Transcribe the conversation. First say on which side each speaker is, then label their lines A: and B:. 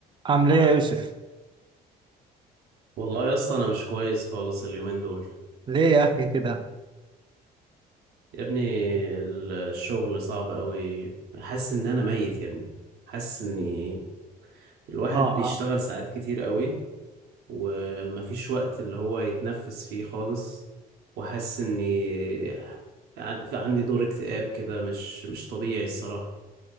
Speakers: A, on the right; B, on the right.
A: عامل ايه يا يوسف؟
B: والله يا اسطى انا مش كويس خالص اليومين دول
A: ليه يا اخي كده؟
B: يا ابني ال- الشغل صعب قوي حاسس ان انا ميت يا ابني حاسس اني الواحد
A: اه
B: بيشتغل
A: اه
B: ساعات كتير قوي ومفيش وقت اللي هو يتنفس فيه خالص وحاسس اني عن- عندي دور اكتئاب كده مش مش طبيعي الصراحة